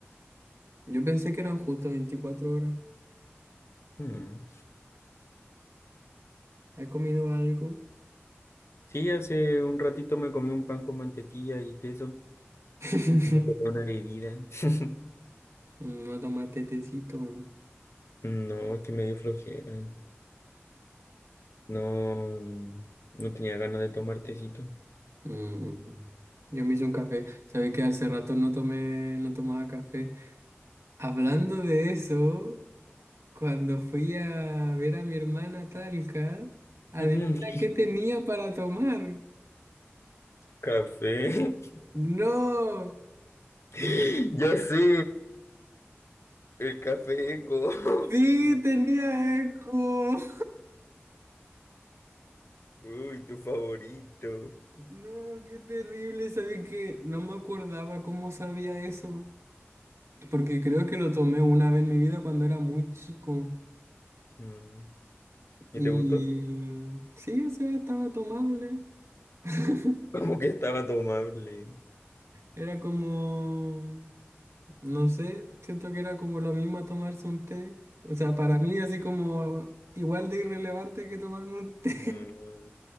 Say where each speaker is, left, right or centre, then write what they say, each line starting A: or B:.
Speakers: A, on the right; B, on the left.
A: Yo pensé que eran justo veinticuatro horas.
B: Mm.
A: ¿has comido algo?
B: Sí, hace un ratito me comí un pan con mantequilla y queso
A: <laughs>
B: y me tomé una bebida. <laughs>
A: No tomaste tecito.
B: No, es que me dio flojera. No, no tenía ganas de tomar tecito.
A: Mm, Yo me hice un café. Sabes que hace rato no tomé, no tomaba café. Hablando de eso, cuando fui a ver a mi hermana a Talca, adivina
B: <laughs>
A: qué tenía para tomar.
B: Café.
A: No,
B: <laughs> Ya sé, el café eco. <laughs>
A: sí,
B: No.
A: tenía eco. <laughs>
B: Uy, tu favorito.
A: No, qué terrible. Sabía que no me acordaba cómo sabía eso. Porque creo que lo tomé una vez en mi vida cuando era muy chico.
B: Mm.
A: Y
B: ¿Y te gustó?
A: sí, o sea, estaba tomable. <laughs>
B: Como que estaba tomable.
A: Era como, no sé, siento que era como lo mismo a tomarse un té. O sea, para mí así como igual de irrelevante que tomarme un té.
B: No.